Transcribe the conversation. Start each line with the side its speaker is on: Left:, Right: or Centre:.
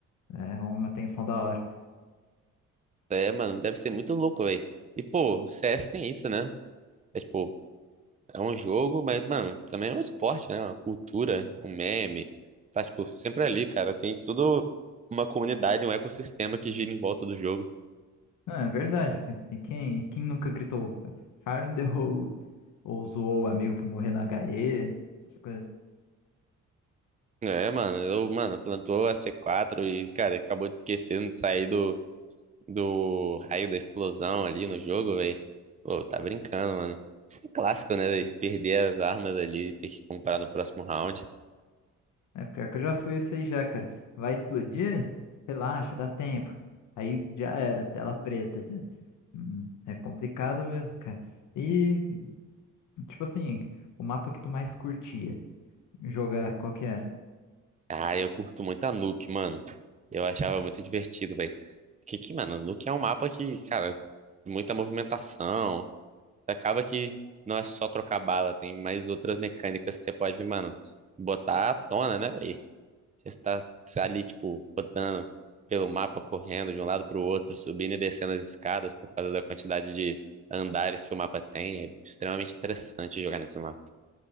Left: É uma tensão da hora.
Right: É, mano, deve ser muito louco, velho. E, pô, o CS tem isso, né? É, tipo, É um jogo, mas, mano, também é um esporte, né? Uma cultura, um meme. Tá, tipo, sempre ali, cara. Tem toda uma comunidade, um ecossistema que gira em volta do jogo.
Left: Ah, é verdade, cara. E quem, e quem nunca gritou Fire in the hole? Ou zoou o amigo por morrer na HE? Essas coisas
Right: É, mano, eu, mano, plantou a C4 e, cara, acabou de esquecendo de sair do, do raio da explosão ali no jogo, velho. Pô, tá brincando, mano. Isso é clássico, né? véi? Perder as armas ali e ter que comprar no próximo round.
Left: É pior que eu já fui isso aí já, cara. Vai explodir? Relaxa, dá tempo. Aí já era, tela preta já. Hum, é complicado mesmo, cara. E, tipo assim, o mapa que tu mais curtia jogar, qual que era?
Right: Ah, eu curto muito a Nuke, mano. Eu achava muito divertido, velho. Que, que, mano, Nuke é um mapa que, cara, muita movimentação. Acaba que não é só trocar bala, tem mais outras mecânicas que você pode, mano, botar à tona, né, velho? Você está ali, tipo, rodando pelo mapa, correndo de um lado pro outro, subindo e descendo as escadas por causa da quantidade de andares que o mapa tem. É extremamente interessante jogar nesse mapa.